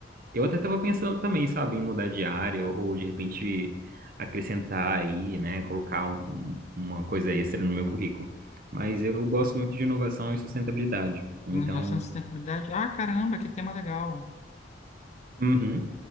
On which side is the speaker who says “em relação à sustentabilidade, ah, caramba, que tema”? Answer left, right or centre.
Left